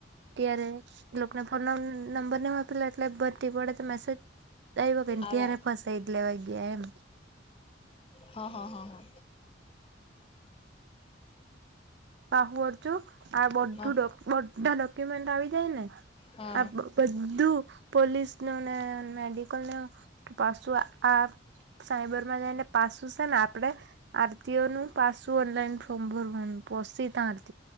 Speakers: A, on the right; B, on the left.
A: ત્યારે એ લોકોના ફોન નંબર આપેલા એટલે ભરતી પડે તો મેસેજ આવ કેને,
B: આવે
A: ત્યારે ફસાઈ એટલેેવા ગયા એમ.
B: હા હા હા હા.
A: આ બધું, આ બધું
B: હા
A: બધા ડોક્યુમેન્ટ આવી જાય ને
B: હા
A: આ બધું પોલીસનું ને મેડિકલનુ પાસું આ સાયબરમાં જઈને પાસું છે ને આપડે આરતીઓનું પાછું ઓનલાઈન ફોર્મ ભરવાનું. પોસી ત